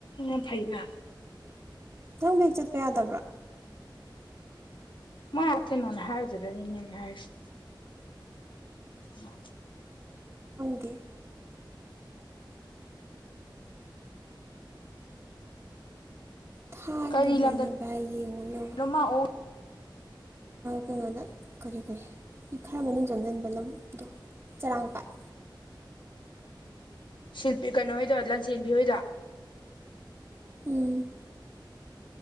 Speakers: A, on the left; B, on the right.
A: ꯑ ꯐꯥꯏꯩꯅ
B: ꯅꯈꯤꯇꯪꯕ ꯍꯦꯛ ꯆꯠꯄ ꯌꯥꯗꯕ꯭ꯔꯥ
A: ꯃ ꯑꯥꯎꯊꯦ ꯅꯍꯅ ꯍꯥꯁꯔꯅꯤꯅ ꯍꯥꯏꯁ ꯎꯝ
B: ꯑꯃꯗꯤ ꯊꯥꯈꯤꯕꯅꯤ
A: ꯀꯔꯤ ꯂꯝꯗꯅꯣ
B: ꯚꯥꯏ ꯌꯦꯡꯉꯣꯂ
A: ꯃꯥ ꯑꯣ
B: ꯀꯩꯅꯣꯗ ꯀꯔꯤ ꯀꯔꯤ ꯈꯔ ꯃꯅꯨꯡ ꯆꯪꯁꯤꯟꯕ ꯂꯝꯗꯣ ꯆꯔꯥꯡꯄꯥꯥꯠ
A: ꯁꯤꯜꯄꯤ ꯀꯩꯅꯣꯍꯣꯏꯗ ꯂꯟꯆꯦꯟꯕꯤ ꯍꯣꯏꯗ
B: ꯎꯝ